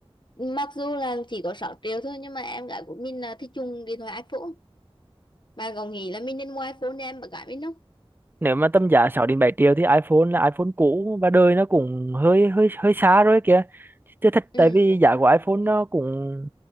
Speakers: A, on the left; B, on the right.
A: mặc dù là chỉ có 6 triệu thôi nhưng mà em gái của mình là thích dùng điện thoại iPhone bà có nghĩ là mình nên mua iPhone để em bạn gái mình không
B: nếu mà tầm giá 6 đến 7 triệu thì iPhone là iPhone cũ và đời nó cũng hơi hơi hơi xa rồi kìa chứ thật
A: ừ.
B: tại vì giá của iPhone nó cũng